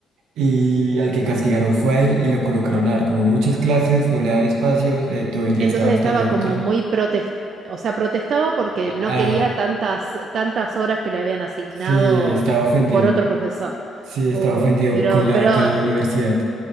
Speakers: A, on the right; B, on the right.
A: Y al que castigaron fue a él y lo colocaron a dar como muchas clases, no le daban espacios, eh, todo el día
B: Entonces
A: estaba estallado
B: estaba
A: contra...
B: como muy protest, o sea, protestaba porque
A: Ah,
B: no quería tantas, tantas horas que le habían asignado
A: sí, estaba ofendido.
B: por otro profesor.
A: Sí, estaba
B: Uy,
A: ofendido
B: pero,
A: con la,
B: pero
A: con la universidad.